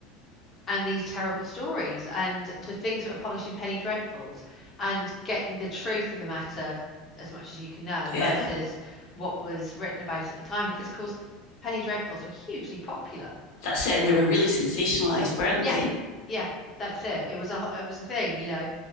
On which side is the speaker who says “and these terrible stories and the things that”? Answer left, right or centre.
Left